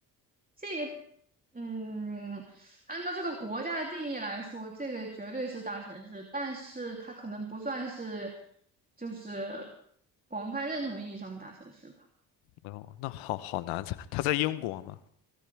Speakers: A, on the right; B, on the left.
A: 这个，嗯，按照这个国家的定义来说，这个绝对是大城市，但是它可能不算是，就是广泛认同意义上的大城市吧。
B: 哦，那好好难猜。它在英国吗？